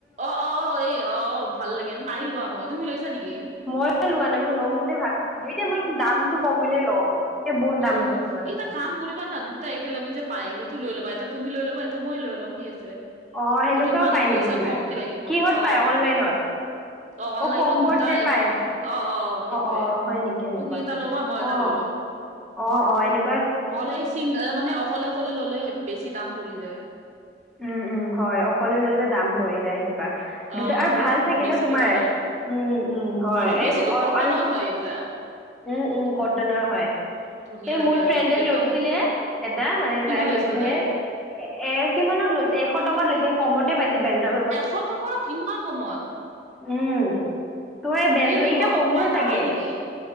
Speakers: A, on the right; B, in the centre.
A: অ অ অ এই অ ভাল লাগে নাই লোৱা মই তুমি ওলাইছা নেকি?
B: মই লোৱা নাই মই ল'ম বুলি ভাবিছিলো এতিয়া মানে দামটো কমিলে ল'ম। তেতিয়া বহুত
A: উম,
B: দাম আছে তোমাৰ।
A: এটা কাম কৰিবা না দুটাই একেলগে যে পায় সেইটো লৈ লবা এটা তুমি লৈ ল'ব এটো মই লৈ ল'ম কি আছে।
B: অ সেনেকুৱাও
A: এইটোত মানে
B: পাই
A: পইচা
B: নেকি তোমাৰ
A: কমকে লাগিব
B: কিহত
A: অ।
B: পায় অনলাইনত
A: অ অনলাইনত
B: কম্বত
A: দুটাই
B: যে
A: একেলগে
B: পায়
A: অ অ সেইটোয়ে
B: অ হয় নেকি এনেকুৱা
A: তুমি। এটা ল'বা মই এটা
B: অ
A: লৈ ল'ম।
B: অ অ এনে।
A: নহলে চিং মানে অকলে অকলে ললে বেছি দাম পৰি যায়।
B: উম উম হয় অকলে লৈ যে দাম পৰি যায় সেনেকুৱা
A: অ',
B: দুটা আৰু
A: বহুত
B: ভাল থাকে
A: বেছিকে
B: ন তোমাৰে।
A: পৰে।
B: উম উম হয়
A: আৰু বেছিতো
B: এই অ
A: কটনৰ
B: আৰু
A: হয় এইবিলাক
B: উম উম কটনৰ হয়।
A: ধুনীয়া
B: এই
A: লাগে
B: মোৰ
A: আৰু
B: ফ্ৰেণ্ডে
A: একদম
B: লৈছিলে, এটা মানে
A: কিমান
B: তাই
A: লৈছিল
B: লৈছিলে।
A: তাইৰ
B: এ, এ, কিমানত লৈছে? এশ টকাত লৈছে। কমতে পাইছে ব্ৰেণ্ডৰ
A: এশ টকাত, ইমান কমত?
B: উম' তোৰ এই ব্ৰেণ্ডৰ
A: সেনেকুৱা
B: এতিয়া কমিল
A: বান্ধা
B: চাগে,
A: পাই নেকি?